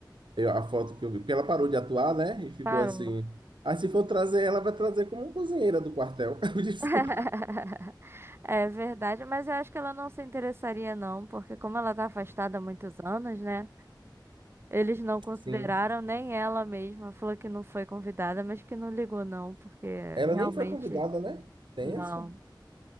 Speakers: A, on the right (about 75°); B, on the right (about 30°).
A: eu- a foto que eu vi, porque ela parou de atuar, né? E ficou
B: Parou.
A: assim. Ah, se for trazer ela, vai trazer como cozinheira do quartel. <laughs> Eu desculpa.
B: <laughs> É verdade, mas eu acho que ela não se interessaria, não, porque como ela tá afastada há muitos anos, né? Eles não consideraram
A: Sim.
B: nem ela mesma, falou que não foi convidada, mas que não ligou não, porque
A: Ela
B: realmente
A: nem foi convidada, né? Tenso.
B: não.